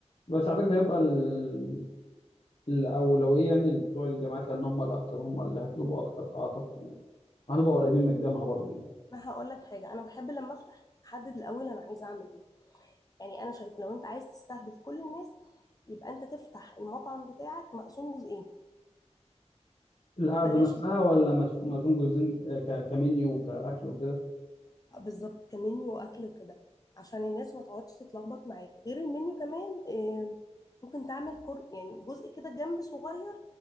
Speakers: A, on the left; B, on the left.
A: بس اعتقد هيبقى ال... الاولويه يعني لبتوع الجامعات لان هم الاكتر هم اللي هيطلبوا اكتر اعتقد يعني هنبقى قريبين من الجامعه برضه يعني.
B: انا هقولك حاجة انا بحب لما افتح احدد الاول انا عايزه اعمل ايه يعني انا شايفه لو انت عايز تستهدف كل الناس يبقى انت تفتح المطعم بتاعك مقسوم جزئين
A: القعدة
B: بلاش
A: نفسها ولا مس- مزوم جزئين آه، ك- كمنيو وكأكل وكده
B: بالظبط كمنيو واكل وكده عشان الناس ما تقعدش تتلخبط معاك غير المنيو كمان آه، ممكن تعمل كر يعني جزء كده جنب صغير